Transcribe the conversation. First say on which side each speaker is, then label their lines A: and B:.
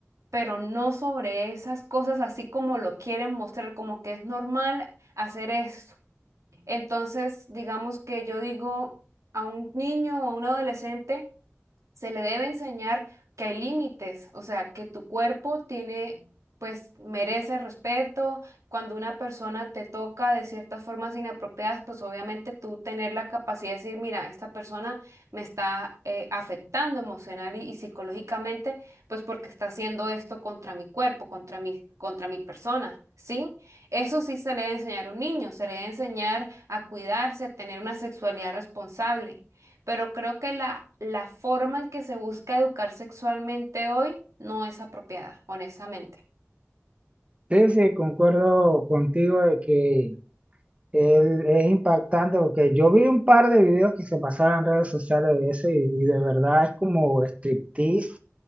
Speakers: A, on the right; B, on the right.
A: pero no sobre esas cosas así como lo quieren mostrar, como que es normal hacer esto. Entonces, digamos que yo digo a un niño o a un adolescente, se le debe enseñar que hay límites, o sea, que tu cuerpo tiene, pues, merece respeto. Cuando una persona te toca de ciertas formas inapropiadas, pues obviamente tú tener la capacidad de decir, mira, esta persona me está eh, afectando emocional y, y psicológicamente, pues porque está haciendo esto contra mi cuerpo, contra mi, contra mi persona. Sí, eso sí se le debe enseñar a un niño, se le debe enseñar a cuidarse, a tener una sexualidad responsable pero creo que la, la forma en que se busca educar sexualmente hoy no es apropiada, honestamente.
B: Sí, sí, concuerdo contigo de que él es impactante porque yo vi un par de videos que se pasaron en redes sociales de eso y, y de verdad es como striptease,